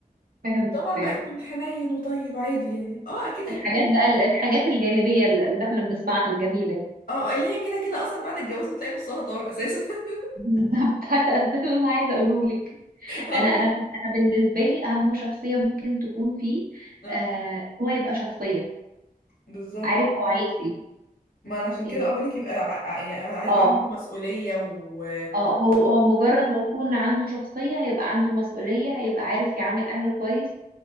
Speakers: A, on the right (about 70°); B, on the left (about 75°).
A: فهمتك
B: طبعا
A: فعلا
B: بقى يكون حنين وطيب عادي يعني اه اكيد هيكون
A: الحاجات بقى ال- الحاجات الجانبية اللي اللي احنا بنسمعها الجميلة دي
B: اه آه، اللي هي كده كده اصلا بعد الجواز بتلاقي نصها طار اساسا <laughs>
A: <laughs> بالظبط ده اللي انا عايزة اقوله لك
B: اه
A: انا
B: ما
A: انا
B: دام
A: انا بالنسبة لي اهم شخصية ممكن تكون فيه
B: اه
A: آه هو يبقى شخصية
B: بالظبط
A: عارف
B: آه.
A: هو عايز ايه
B: ما انا عشان
A: يعني
B: كده اه بقولك يبقى ع- ع- يعني ع-
A: اه
B: عنده مسؤوليه وناجح
A: اه هو هو مجرد ما يكون عنده شخصية هيبقى عنده مسؤولية هيبقى عارف يعامل اهله كويس